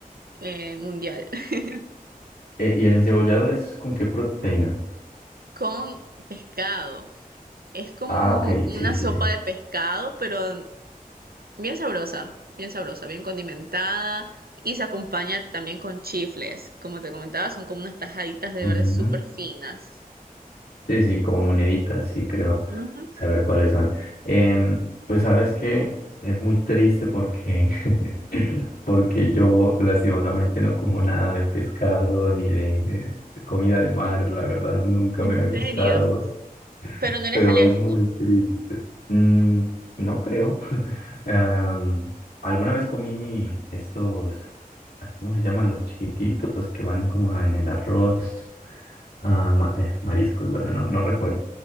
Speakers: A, on the right; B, on the left.
A: eh, mundial, <laughs>
B: Eh, ¿y el encebollado es con qué proteína?
A: con pescado. Es como
B: Ah, ok, sí,
A: una
B: sí,
A: sopa
B: sí.
A: de pescado, pero bien sabrosa, bien sabrosa, bien condimentada y se acompaña también con chifles. Como te comentaba, son como unas tajaditas de
B: Ujú.
A: verde súper finas.
B: Sí, sí, como moneditas, sí, creo
A: Ujú,
B: saber cuáles son. Em, pues sabes que es muy triste porque, <laughs> porque yo lastimosamente no como nada de pescado ni de eh, comida de mar, la verdad, nunca
A: ¿en
B: me ha gustado.
A: serio? Pero no eres
B: pero
A: alérgico.
B: es muy triste. Mm, no creo. <laughs> Am, alguna vez comí estos, ah, ¿cómo se llaman? Los chiquititos que van como en el arroz. Ah, ma- eh, mariscos, bueno, no, no recuerdo